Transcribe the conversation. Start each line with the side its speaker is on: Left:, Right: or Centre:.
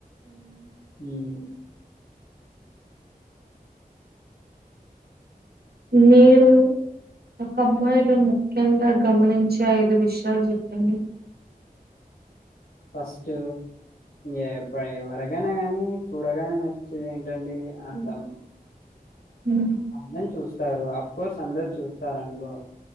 Left: ఉమ్
Right: మీరు ఒక అమ్మాయిలో ముఖ్యంగా గమనించే ఐదు విషయాలు చెప్పండి
Left: ఫస్ట్ ఎప్పు ఎవరికైనా గాని చూడగానే నచ్చేది ఏంటండి అందం
Right: మ్మ్
Left: అందం చూస్తారు అఫ్ కోర్స్ అందరు చూస్తారనుకో